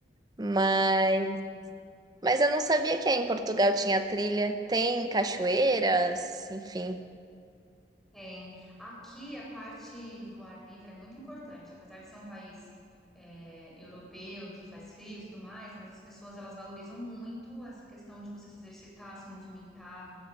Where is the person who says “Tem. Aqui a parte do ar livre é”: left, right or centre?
Centre